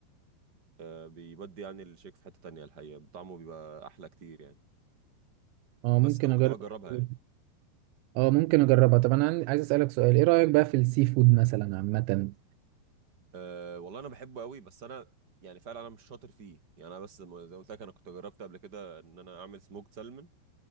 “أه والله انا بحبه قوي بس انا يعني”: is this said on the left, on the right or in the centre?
Right